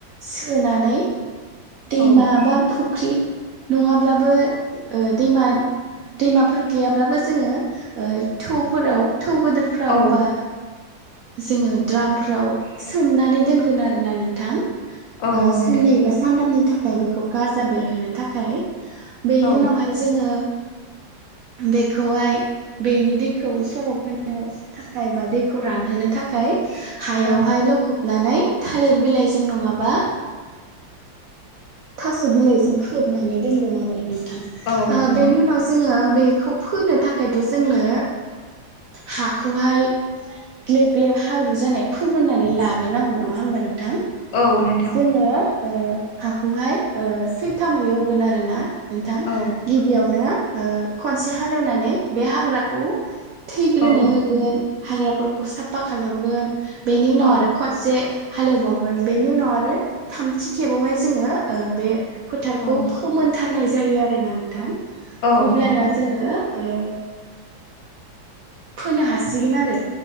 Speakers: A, on the right (about 75°); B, on the left (about 75°).
A: सोनानै दैमा
B: औ
A: बा फुख्रि नङाब्लाबो दैमा दैमाफोर गैयाब्लाबो जोङो थौफोराव थौ गोदोरफ्राव
B: औ
A: बा जोङो द्रामफ्राव सोमनानै दोनगोन आरोना नोंथां
B: औ
A: साननै
B: नोंथां
A: बा सानथामनि थाखाय बेखौ गाजा बेरहोनो थाखाय बेनि
B: औ
A: उनावहाय जोङो बेखौहाय बेनि दैखौ सरक होनो थाखाय बा दैखौ रानहोनो थाखाय हायाव
B: औ
A: हाय लखब नानै थालिर बिलाइजों नङाबा थास' बिलाइजों खोबनानै दोनगोन आरो नोंथां
B: औ नोंथां
A: बेनि उनाव जोङो बेखौ फोनो थाखायथ' जोंनो हाखौहाय ग्लेब ग्लेब हाब्रु जानाय फोमोननानै लाग्रोनांगौ नङा होमबा नोंथां
B: औ नोंथां
A: जोङो ओ हाखौहाय सैथामै एवगोन आरो ना नोंथां
B: औ
A: गिबियावनो ओ खनसे हालेवनानै बे हाग्राखौ थैग्रोनो
B: औ
A: होगोन। हाग्राफोरखौ साफा खालामगोन बेनि उनाव
B: औ
A: आरो खनसे हालेवबावगोन बेनि उनाव आरो थामथि खेबावहाय जोङो बे फोथारखौ
B: औ
A: फोमोनथारनाय जायो आरोना नोंथां
B: औ
A: अब्लाना
B: नोंथां
A: जोङो ओ फोनो हासिगोन आरो